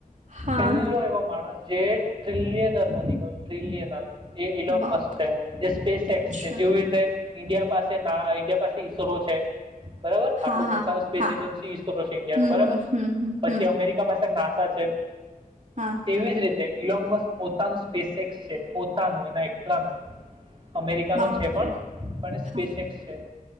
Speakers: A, on the right (about 55°); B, on the right (about 35°).
A: હા
B: મલો એવો માસ જે ટ્રિલિનર મની ટ્રલયનર એ ઇલોનમસ
A: બાપ
B: છે એ સ્પેસેક્સ
A: અચ્છા
B: છે જેવી રીતે ઇન્ડિયા પાસે ના ઇન્ડિયા પાસે ઇસરો છે બરાબર
A: હા
B: આપડું
A: હા
B: પોતાનું સ્પેસ
A: હા
B: એજન્સી ઈ છે ઇન્ડિયા
A: હમ
B: ન બરાબર
A: હમ હમ હમ
B: પછી
A: હમ
B: અમેરિકા પાસે ના છે
A: હા
B: એવી જ રીતે ઇલો પોતાનું સ્પેસક્સ છે પોતાનું એના એકલાનું અમેરિકાનું
A: બાપરે
B: છે પણ પણ સ્પેસેક્સ
A: હા
B: છે